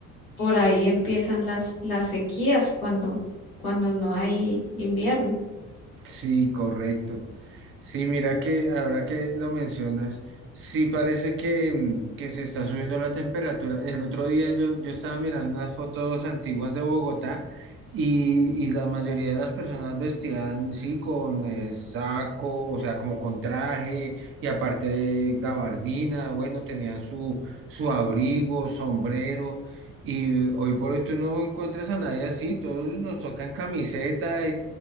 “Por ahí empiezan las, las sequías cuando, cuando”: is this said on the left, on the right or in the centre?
Left